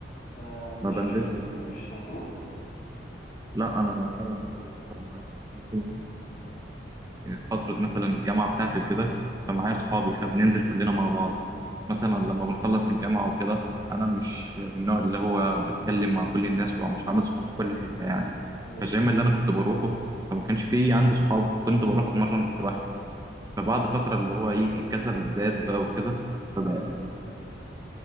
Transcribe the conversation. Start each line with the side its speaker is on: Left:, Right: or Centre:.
Left: آه مش
Right: ما بنزلش الجيم
Left: آه مش هتروح
Right: لا أنا ما فعلا ده اللي بيحصل معايا يعني أنا طول ما في- فترة مثلا الجامعة بتاعتي وكده فمعايا
Left: اه
Right: صحابي فبننزل كلنا مع بعض مثلا لما بنخلص الجامعة وكده أنا مش من النوع اللي هو بتكلم مع كل الناس ومش عامل صحاب في كل حتة يعني
Left: ايوه
Right: فالجيم اللي أنا كنت بروحه فما كانش فيه عندي صحاب فكنت بروح أتمرن لوحدي فبعد
Left: ايوه
Right: فترة اللي هو إيه الكسل زاد بقى وكده فب- فبدأت إن